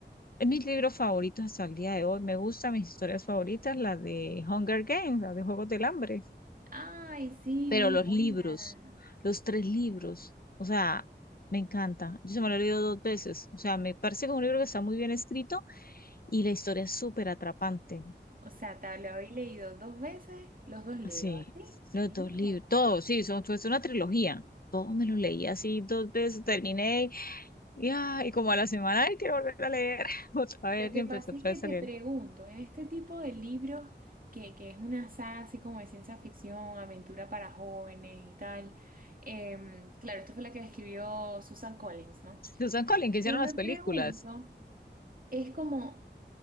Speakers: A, on the left; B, on the right.
A: es mis libros favoritos hasta el día de hoy, me gustan mis historias favoritas, la de Hunger Games, la de Juegos del Hambre,
B: Ay, sí,
A: pero
B: muy
A: los
B: buena.
A: libros, los tres libros, o sea, me encanta. Yo se me lo he leído dos veces, o sea, me parece que es un libro que está muy bien escrito y la historia es súper atrapante,
B: O sea, te lo habéis leído dos veces los dos libros,
A: Sí,
B: ¿así?
A: los
B: Mira.
A: dos libros, todos, sí, son, fue una trilogía. Todos me los leí así dos veces, terminé y, ah, y como a la semana, ay, quiero volver a leer <laughs> otra vez
B: Lo que
A: y empecé
B: pasa
A: otra
B: es que
A: vez
B: te
A: a leer.
B: pregunto, en este tipo de libros, que, que es una saga así como de ciencia ficción, aventura para jóvenes y tal, em, claro, esto fue la que escribió Susan Collins, ¿no?
A: Susan Collins, que hicieron
B: Yo me
A: las películas.
B: pregunto, es como